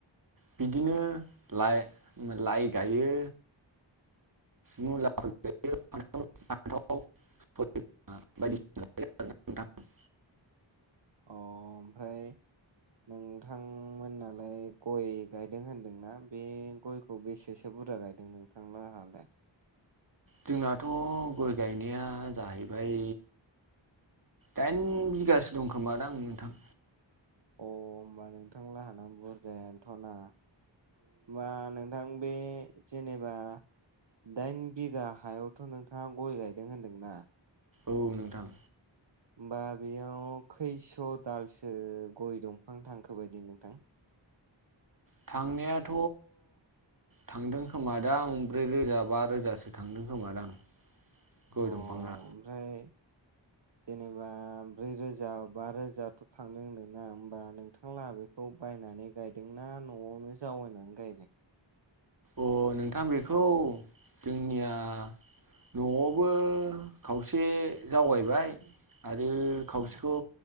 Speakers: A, on the right (about 45°); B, on the right (about 65°).
A: बिदिनो लाइ लाइ गायो मुलाबो गायो फान्थावबो गायो बेफोरनो नोंथां
B: अ ओमफ्राय <unintelligible> नोंथांमोननालाय गय गायदों होनदोंना बे गयखौ बेसे सो बुरजा गायदों नोंथां लाहालाय
A: जोंनाथ' गय गायनाया जाहैबाय दाइन बिगासो दं खोमा दां नोंथां
B: अ होमबा नोंथांला हाना बुरजायानोथ'ना होमबा नोंथां बे जेनेबा दाइन बिगा हायावथ' नोंथांङा गय गायदों होनदोंना?
A: औ नोंथां
B: होमबा बेयाव खैस' दालसो गय दंफां थांखो बायदि नोंथां?
A: थांनायाथ' थांदों खोमादां ब्रै रोजा बा रोजासो थांदों खोमादां
B: अ
A: गय
B: ओमफ्राय
A: दंफांआ
B: <unintelligible> जेनेबा ब्रै रोजा बा रोजाथ' थांदों होनदों ना होमबा नोंथांलाहा बेखौ बाय नानै गायदोंना न'आवनो जावायनानै गायदों?
A: अ नोंथां बेखौ जोंनिया न'आवबो खावसे जावगायबाय आरो खावसेखौ
B: अ